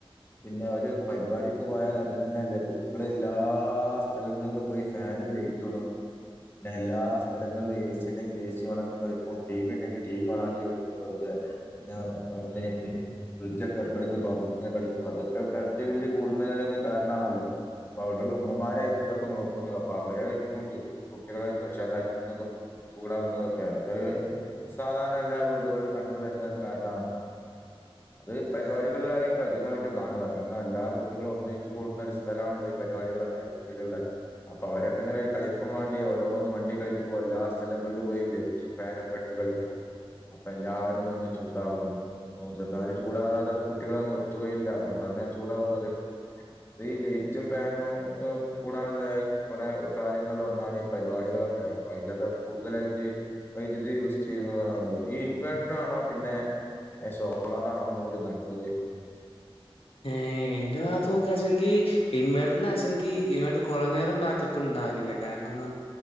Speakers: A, on the left; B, on the left.
A: പിന്നെ ഒരു പരിപാടിക്ക് പോയാൽ അത് തന്നെ അല്ലേ കുട്ടികള് എല്ലാ സ്ഥലങ്ങളിലും പോയി ഫാൻ ഫാനും ലൈറ്റും ഇടും പിന്നെ എല്ലാ സ്ഥലങ്ങളിലും എ സി ഉണ്ടെങ്കിൽ എ സി ഓണക്കികളിക്കും ടി വി ഉണ്ടെങ്കിൽ ടി വി ഓണാക്കിവെക്കും വെറുതെ പിന്നെ <unintelligible> ഫ്രിഡ്ജ് ഒക്കെ ഇടയ്ക്കിടയ്ക്ക് തുറന്ന് ഇങ്ങനെ കളിക്കും അപ്പോ അതൊക്കെ കരണ്ട് ബില്ല് കൂടുന്നതിനെക്കെ കാരണമാണല്ലോ അപ്പ അവിടെയുള്ള ഉമ്മമാരായിരിക്കും ഇതൊക്കെ നോക്കുന്നത് അപ്പോ അവരായി രിക്കും കുട്ടികളെ ശകാരിക്കുന്നതും ചൂടാവുന്നതൊക്കെ അത് സാധാരണ എല്ലാ വീടുകളിലും കണ്ടു വരുന്ന ഒരു കാര്യമാണല്ലോ അത് പരിപാടികളിലായിട്ട് അധികമായി ട്ടു കാണുക കാരണം എല്ലാ കുട്ടികളും ഒന്നിച്ചു കൂടുന്ന ഒരു സ്ഥലമാണല്ലോ ഈ പരിപാടികളെ ക്കെ വീട്ടിലുള്ള അപ്പോ അവരെക്കെ ഇങ്ങനെ ഒരു കളിക്കും വേണ്ടി ഓരോന്ന് വണ്ടി കളിക്കുമ്പോ എല്ലാ സ്ഥലങ്ങളിലും പോയി ലൈറ്റും ഫാനും ഒക്കെ ഇട്ട് കളിക്കും അപ്പോ എല്ലാരും വന്ന് ചൂടാവും മുതിർന്നവര് ചൂടാകാതെ കുട്ടികളൊന്നും നിർത്തുകയില്ല അതുകൊണ്ടന്നെ ചൂടാവുന്നത് അത് ഈ ലൈറ്റും ഫാനും കൂടാനുള്ള കുറെ കാര്യങ്ങളിൽ ഒന്നാണ് ഈ പരിപാടികൾ ഒക്കെ അ അതിലൊക്കെ കൂടുതലായിട്ട് വൈദ്യുതി യൂസ് ചെയ്യുന്നതാണല്ലോ ഈ ഇൻവെട്ടർ ആണോ പിന്നെ ഏഹ് സോളാറാണോ ഒന്നുകൂടി നല്ലത്
B: ഏഹ് എന്റെ ഭാഗം നോക്കാച്ചെങ്കി ഇൻവേർട്ടർന്ന്ച്ചെങ്കിൽ ഇൻവേർട്ടർ കുറെ നേരം ബാക്കപ്പ് ഉണ്ട് കാരണംന്ന്